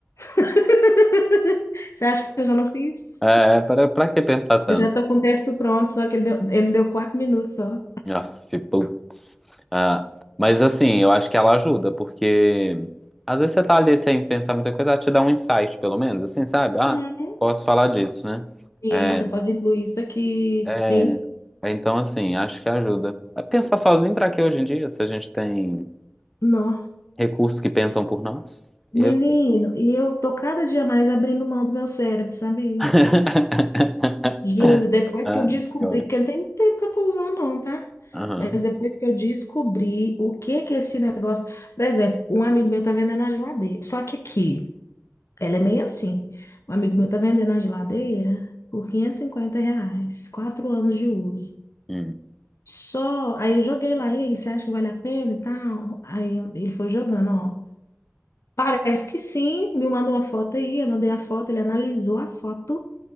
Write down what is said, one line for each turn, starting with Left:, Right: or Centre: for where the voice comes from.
Left: <laughs> Você acha que eu já não fiz?
Centre: É, para, pra que pensar tanto?
Left: Eu já estou com o texto pronto, só que ele deu, ele deu quatro minutos só.
Centre: Aff, putz. Ah, mas assim, eu acho que ela ajuda, porque às vezes você tá ali sem pensar muita coisa, ela te dá um insight, pelo menos, assim, sabe? Ah,
Left: Uhum.
Centre: posso falar disso, né?
Left: Sim,
Centre: É,
Left: você pode incluir isso aqui.
Centre: é,
Left: Sim.
Centre: é, então, assim, acho que ajuda. Pensar sozinho pra quê hoje em dia, se a gente tem
Left: Não.
Centre: recursos que pensam por nós?
Left: Menino,
Centre: Eu.
Left: e eu tô cada dia mais abrindo mão do meu cérebro, sabe?
Centre: <laughs>
Left: Juro, depois
Centre: Ah,
Left: que eu descobri,
Centre: eu acho.
Left: porque não tem tempo que eu tô usando, não, tá?
Centre: Aham.
Left: Mas depois que eu descobri o que que é esse negócio. Por exemplo, um amigo meu tá vendendo uma geladeira. Só que aqui. Ela é meio assim. Um amigo meu tá vendendo a geladeira por 550 reais, quatro anos de uso.
Centre: Hum,
Left: Só, aí eu joguei lá, e aí, você acha que vale a pena e tal? Aí ele foi jogando, ó. Parece que sim, me mandou uma foto aí, eu mandei a foto, ele analisou a foto.